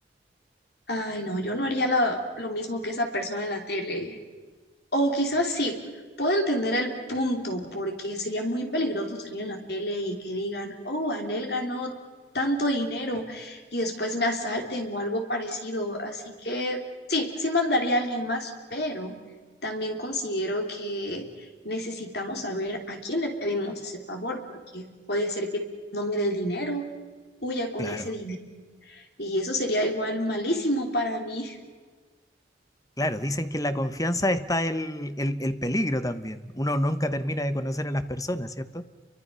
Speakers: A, on the left; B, on the left.
A: Ay, no, yo no haría la- lo mismo que esa persona en la tele. O quizás sí, puedo entender el punto, porque sería muy peligroso salir en la tele y que digan, oh, Anel ganó tanto dinero y después me asalten o algo parecido. Así que sí, sí mandaría a alguien más, pero también considero que necesitamos saber a quién le pedimos ese favor, porque puede ser que no me dé el dinero, huya con
B: Claro,
A: ese dinero. Y eso sería igual malísimo para mí.
B: claro, dicen que en la confianza está el, el, el peligro también. Uno nunca termina de conocer a las personas, ¿cierto?